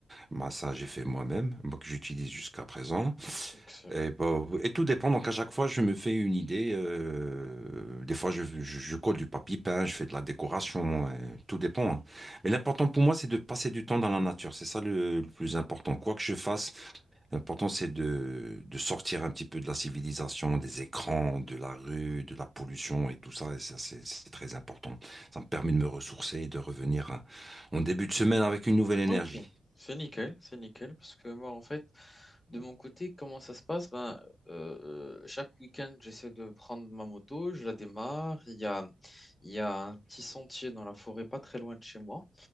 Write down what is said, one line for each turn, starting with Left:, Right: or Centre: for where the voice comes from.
Right: Moi, ça, j'ai fait moi-même, moi que j'utilise jusqu'à présent.
Left: Excellent.
Right: Et, bah, et tout dépend. Donc, à chaque fois, je me fais une idée. euh, des fois, je, je, je colle du papier peint, je fais de la décoration. euh, tout dépend. hein. Mais l'important pour moi, c'est de passer du temps dans la nature. C'est ça le, le plus important. Quoi que je fasse, l'important, c'est de, de sortir un petit peu de la civilisation, des écrans, de la rue, de la pollution et tout ça. Et ça, c'est c'est très important. Ça me permet de me ressourcer et de revenir hein, en début de semaine avec une nouvelle énergie.
Left: Ok. C'est nickel, c'est nickel, parce que moi, en fait, de mon côté, comment ça se passe? Ben, euh, euh, chaque week-end, j'essaie de prendre ma moto, je la démarre. Il y a, il y a un petit sentier dans la forêt, pas très loin de chez moi.